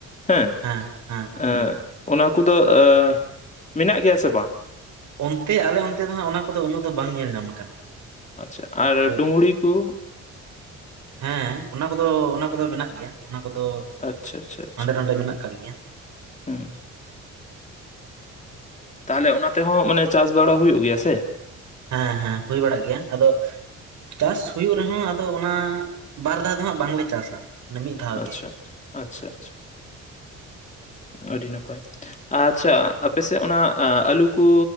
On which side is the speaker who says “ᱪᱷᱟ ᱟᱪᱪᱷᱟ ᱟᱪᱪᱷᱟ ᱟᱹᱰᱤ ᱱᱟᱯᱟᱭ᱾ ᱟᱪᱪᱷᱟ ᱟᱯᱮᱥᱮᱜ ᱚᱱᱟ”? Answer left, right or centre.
Left